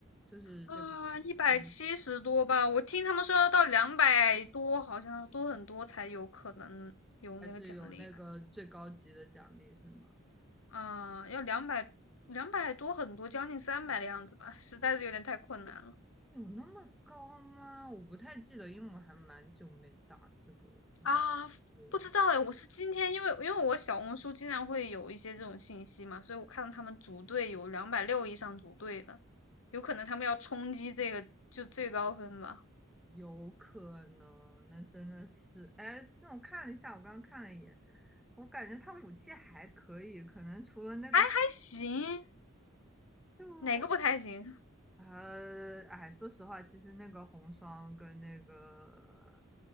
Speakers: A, in the centre; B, on the left.
A: 就是这个
B: 啊，一百七十多吧，
A: 团
B: 我听他们说要到两百多，好像多很多才有可能有那个奖励来。
A: 还是有那个最高级的奖励是吗？
B: 啊，要两百两百多很多，将近三百的样子吧，实在是有点太困难了
A: 有那么高吗？我不太记得，因为我还蛮久没打这个模
B: 啊！
A: 式，
B: 不知道哎，我是今天因为因为我小红书经常会有一些这种信息嘛，所以我看到他们组队有两百六以上组队的，有可能他们要冲击这个就最高分吧？
A: 有可能，那真的是，哎，那我看了一下，我刚刚看了一眼，我感觉他武器还可以，可能除了那个
B: 还行，
A: 就。
B: 哪个不太行？
A: 呃，哎，说实话，其实那个红双跟那个，